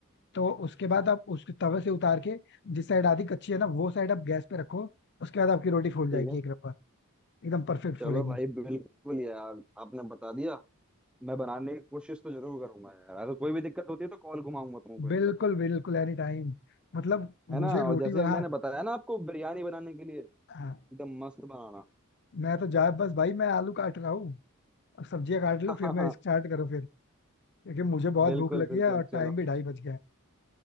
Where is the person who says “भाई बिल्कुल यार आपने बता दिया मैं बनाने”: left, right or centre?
Centre